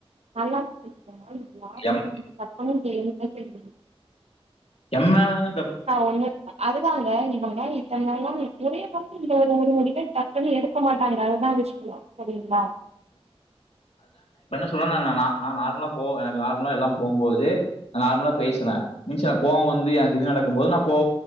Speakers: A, on the right; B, on the left.
A: நல்லா இல்ல நீ
B: எம்
A: கண்ண சேரிங்க தோழி
B: எம்மேளதான
A: ஒன்னு அதுதாங்க இவுங்க இத்தன நாளா முறய இ ஒரு ஒரு முடி பே டக்குன்னு எடுக்க மாட்டாங்க அதுதா விஷயோ சரிங்ளா
B: சொல்ல நா நார்மலா போ எனக்கு நார்மலா எல்லாம் போம்போது நா நார்மலா பேசுனே கோவ வந்து எனக்கு இது நடக்கு போது நா கோ